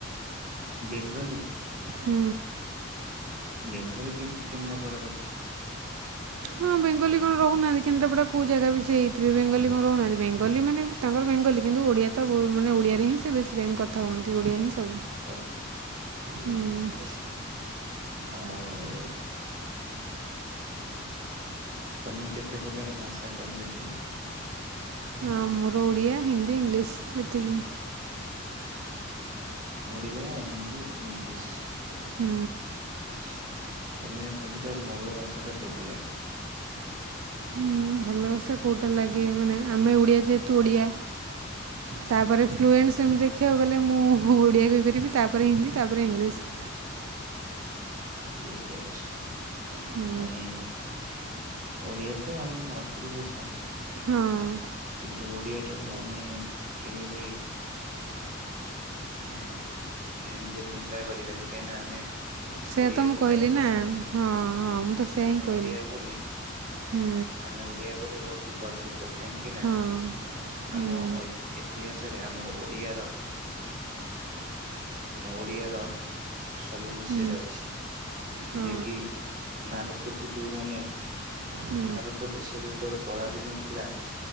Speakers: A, on the right (about 40°); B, on the right (about 80°).
A: ବେଙ୍ଗଲି
B: ହୁଁ।
A: ବେଙ୍ଗଲି କେମତି କେନ୍ଦ୍ରାପଡା ଲୋ
B: ହଁ ବେଙ୍ଗଲି କଣ ରହୁନାହାଁନ୍ତି କେନ୍ଦ୍ରାପଡା କୋଉ ଜାଗା ବି ସେ ହେଇଥିବେ ବେଙ୍ଗଲି କଣ ରହୁନାହାଁନ୍ତି ବେଙ୍ଗଲି ମାନେ ତାଙ୍କର ବେଙ୍ଗଲି କିନ୍ତୁ ଓଡ଼ିଆ ତ ମାନେ ଓଡିଆରେ ହିଁ ସେ ବେଶୀ ଟାଇମ କଥା ହୁଅନ୍ତି ଓଡିଆ ହିଁ ସବୁ
A: ଓ ହୋ ଠିକ୍
B: ହୁଁ
A: ଅଛି। ଆଉ ତମେ କେତେପ୍ରକାର ଭାଷା କହିପାରିବ?
B: ଆମର ଓଡିଆ, ହିନ୍ଦୀ, ଇଂଲିଶ ଏତିକି।
A: ଓଡ଼ିଆ, ହିନ୍ଦୀ, ଇଂଲିଶ।
B: ହୁଁ।
A: ଛି ତମେ ସବୁଠାରୁ ଭଲ ଭାଷାଟା କୋଉଟା ଲାଗେ?
B: ଉଁ ଭଲ ଭାଷା କୋଉଟା ଲାଗେ ମାନେ ଆମେ ଓଡିଆ ଯେହେ ତୁ ଓଡିଆ ତାପରେ ଫ୍ଲୁଏଣ୍ଟ ସେମ ଦେ ଖିବାକୁ ଗଲେ ମୁଁ ଓଡିଆ କହିପାରିବି ତାପରେ ହିନ୍ଦୀ ତାପରେ ଇଂଲିଶ।
A: ଠିକ୍ ଅଛି
B: ହୁଁ,
A: ନାଇଁ ଓଡିଆ ତ ଆମ ମାତୃଭାଷା।
B: ହଁ
A: କିନ୍ତୁ ଓଡିଆଟାକୁ ଆମେ କେବେ ବି ମାନେ ନିନ୍ଦି ନିନ୍ଦା କରିବାନି କାହିଁକି ନା ଆମେ
B: ସେୟା
A: ଓଡିଆ
B: ତ ମୁଁ
A: ବୋଲି
B: କହିଲି
A: ଆମେ ଗର୍ବ
B: ନା ହଁ ହଁ ମୁଁ ତ ସେୟା
A: ଆମେ
B: ହିଁ କହିଲି
A: ଓଡିଆ ବୋଲି
B: ହୁଁ
A: ଆମେ ଓଡିଆ ବୋଲି ବହୁତ ଗର୍ବିତ କାହିଁକି ନା
B: ହଁ ହୁଁ
A: ଆମ ଐ ଇତିହାସରେ ଆମର ଓଡିଆର ମ ଓଡିଆର ସବୁ ବିଷୟରେ
B: ହୁଁ ହଁ ହୁଁ
A: ଅଛି।
B: ହଁ
A: ଯିଏ କି ଭାରତକୁୁ ଯୋଉମାନେ
B: ହୁଁ ହୁଁ
A: ଭାରତ ଦେଶ ଯେତବେଳେ ପରାଧୀନ ଥିଲା